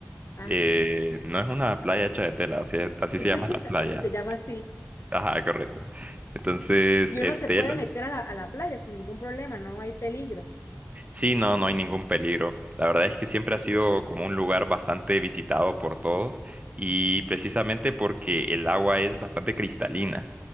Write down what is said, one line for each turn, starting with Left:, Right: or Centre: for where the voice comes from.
Left: Ajá,
Right: Eh, no es una playa hecha de tela, así, así
Left: <laughs>
Right: se llama la playa.
Left: así se llama así.
Right: Ajá, correcto. Entonces,
Left: Y uno
Right: es
Left: se
Right: Tela.
Left: puede meter a la, a la playa sin ningún problema, no hay peligro.
Right: Sí, no, no hay ningún peligro. La verdad es que siempre ha sido como un lugar bastante visitado por todos y precisamente porque el agua es bastante cristalina.